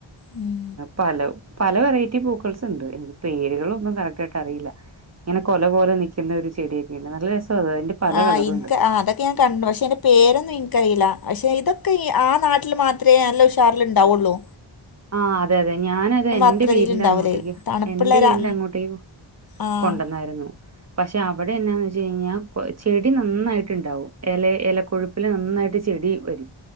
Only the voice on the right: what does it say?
പല പല വെറൈറ്റി പൂക്കൾസ്ണ്ട് എനി പേരുകളൊന്നും കറക്റ്റായിട്ട് അറിയില്ല ഇങ്ങനെ കൊല പോലെ നിൽകുന്ന ഒരു ചെടിയൊക്കെ ഉണ്ട് നല്ല രസം അ അതിന്റെ പല
കളറുണ്ട്
ആഹ് അതെ അതെ ഞാന അത് എൻ്റെ
വീടിന്റെ
അങ്ങോട്ടേക്ക്
എന്റെ വീടിന്റെ
അങ്ങോട്ടേക്ക്
കൊണ്ടന്നായിരുന്നു പക്ഷെ അവിടെ എന്താന്ന് വെച്ച കഴിഞ്ഞാ ചെടി നന്നായിട്ട്ണ്ടാവും ഇല ഇല കൊഴുപ്പ് പിലെ നന്നായിട്ട് ചെടി വരും